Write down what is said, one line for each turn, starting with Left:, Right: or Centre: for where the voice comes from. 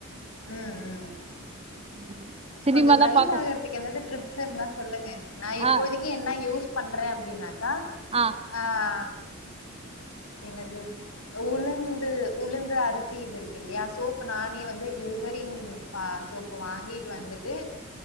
Left: ம் ம்
Right: ம் சினிமாதா
Left: கொஞ்ச பிரைட்
Right: பாக்க
Left: ஆகறதுக்கு எதாவது டிப்ஸ் இருந்த சொல்லுங்க நா இப்போதைக்கி
Right: ஆ
Left: என்ன யூஸ் பண்றேன் அப்டின்னா ஆ
Right: ஆ
Left: ஆஹ் என்னது உளுந்து உளுந்து அரிசி இது இருக்கு இல்லையா சோப் நானே வந்து கிளிசரிங் சோப் வாங்கிட்டு வந்துட்டு